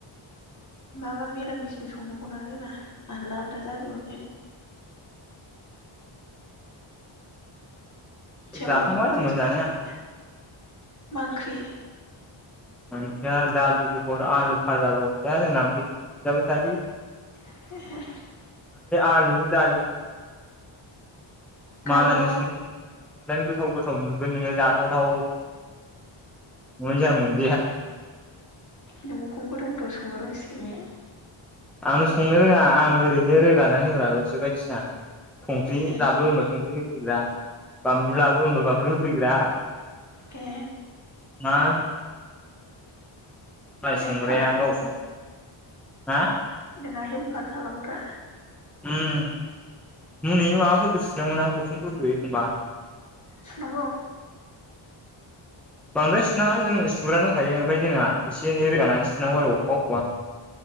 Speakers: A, on the left; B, in the centre.
A: माबा मिरामिसबो संनांगौना जोंना आलदा आलदा जाजोबो ओंखायनो सोरबा
B: जाखांबाय
A: माखौबा
B: आंबो
A: जायो सोरबा
B: जानाया
A: माखौबा जाया मा ओंख्रि?
B: ओमफ्राय <unintelligible> आलु फाजाल' बे जोंना बिदि जाबाय थायालै
A: <unintelligible>
B: आलु दालि <unintelligible> <unintelligible>
A: गावबागाव
B: बानो गोथाव गोथाव नुगोन नोंङो जाथावथाव नुनाय जायामोन
A: नोंखौनो गोथाव गोथाव संनो रोंसिगोनल
B: आंनो संनो रोङां आं ओरैनो रोगान होग्राल'सो बायदिसिना संख्रि
A: ए
B: लाबो हबा संख्रि होफैग्रा बानलु लाबो हबा बानलु होफैग्रा
A: ए
B: मा माइ
A: हेल्पार
B: संग्राया गाव संग्रा हा
A: नोंना हेल्पार खालामग्रा
B: मै माबाफोरबो सोनांगौा बुथोनफोरबो एखनबा
A: सुनांगौ
B: बांद्राय सुनाङा जों सुग्रा दंखायो ओमफ्राय जोंहा एसे एनै रोगानानै सुनांगौ आरो अबेबा अबेबा <inaudible>